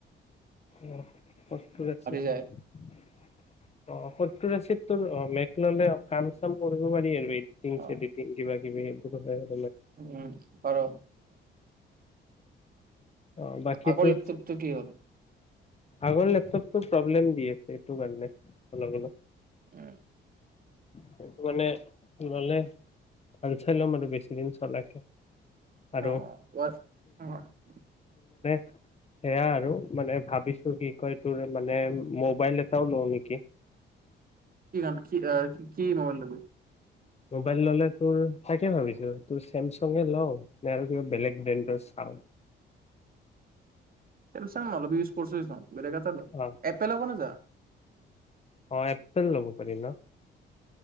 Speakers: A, on the left; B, on the right.
A: অ' সত্তুৰ আচি অ'
B: যায়
A: সত্তুৰ আচি তোৰ মেক মেক ল'লে কাম চাম কৰিব পাৰি আৰু এডিটিং
B: অ
A: চেদিতিং কিবা <unintelligible>
B: উম পাৰ
A: অ বাকীতো
B: আগৰ লেপটপটো কি হ'ল।
A: আগৰ লেপটপটো প্ৰব্লেম দি আছে এটো কাৰণে সলাই দিলোঁ।
B: উম
A: সেইটো মানে ললে ভাল চাই ল'ম আৰু বেছিদিন চলাকে।
B: অ'
A: আৰু
B: অ' <unintelligible>
A: সেইয়া আৰু মানে ভাবিছো তোৰ কি কয় তোৰ মানে মোবাইল এটাও লও নেকি
B: কি <unintelligible> আ কি মোবাইল লবি?
A: মোবাইল ললে তোৰ তাকে ভাবিছো তোৰ ছেমছাংগে লওঁ নে আৰু কিবা বেলেগ ব্ৰেণ্ডৰ চাওঁ
B: ছেমছাং নলবি ইউচ কৰিছ এই চোন। বেলেগ এটা ল
A: অ
B: এপেল হব ন যা
A: অ', এপ্পেল ল'ব পাৰি ন,